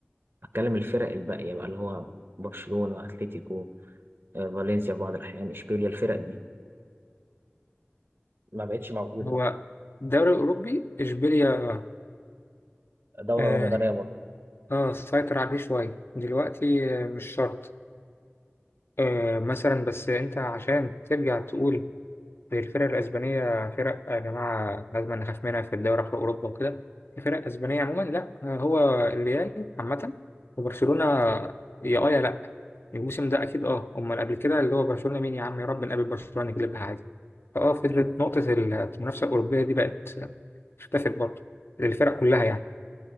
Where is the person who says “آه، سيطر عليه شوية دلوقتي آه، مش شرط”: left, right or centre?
Left